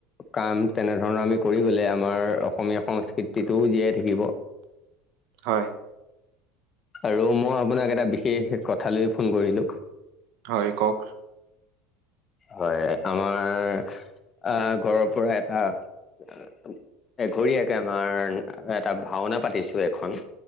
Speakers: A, on the left; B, on the right.
A: কাম তেনেধৰণৰ আমি কৰি গলে আমাৰ অসমীয়া সংস্কৃতিটোও জীয়াই থাকিব
B: হয়
A: আৰু মই আপোনাক এটা বিশেষ কথা লৈ ফোন কৰিলো
B: হয় কওক
A: হয় আমাৰ আহ ঘৰৰ পৰা এটা আ এঘৰীয়াকে আমাৰ এটা ভাওনা পাতিছো এখন